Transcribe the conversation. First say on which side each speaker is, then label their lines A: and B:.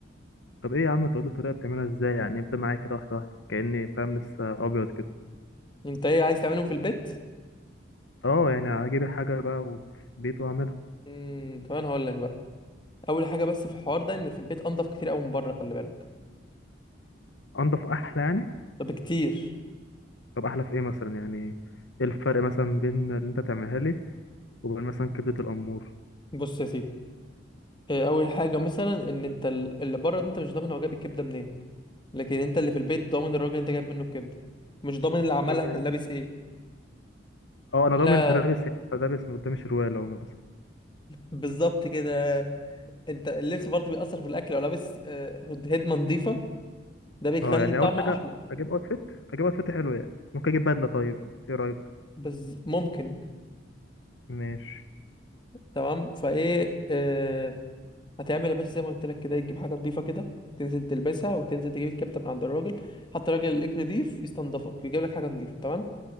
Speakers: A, on the left (about 80°); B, on the left (about 25°).
A: طب ايه يا عم تقول لي الطريقه بتعملها ازاي يعني ابدا معايا كده واحده واحده كاني فاهم لسه ابيض كده
B: انت ايه عايز تعملهم في البيت
A: اه يعني هجيب الحاجه بقى وفي البيت واعملها
B: امم طب انا هقول لك بقى اول حاجه بس في الحوار ده ان في البيت انضف كتير قوي من بره خلي بالك
A: انضف احلى يعني
B: طب كتير
A: طب احلى في ايه مثلا يعني ايه الفرق مثلا بين اللي انت تعملها لي وبين مثلا كبده الامور
B: بص يا سيدي إيه اول حاجه مثلا ان انت ال- اللي بره ده انت مش ضامن هو جايب الكبده منين لكن انت اللي في البيت ضامن الراجل اللي انت جايب منه الكبده مش ضامن اللي عملها
A: تمام
B: كان لابس ايه
A: اه انا
B: ولا
A: ضامن انت لابس يبقى لابس من قدام الشروال اهو مثلا
B: بالظبط كده انت اللبس برضه بيأثر في الاكل لو لابس آه، هد- هدمه نظيفه ده بيخلي
A: اه يعني
B: الطعم
A: اول حاجه
B: احلى
A: اجيب اوتفيت اجيب اوتفيت حلو يعني ممكن اجيب بدله طيب ايه رايك
B: بس ممكن
A: ماشي
B: تمام فايه آه، هتعمل يا باشا زي ما قلت لك كده تجيب حاجه نظيفه كده تنزل تلبسها وتنزل تجيب الكبده من عند الراجل حتى الراجل اللي ليك نضيف يستنضفك يجيب لك حاجه نظيفه تمام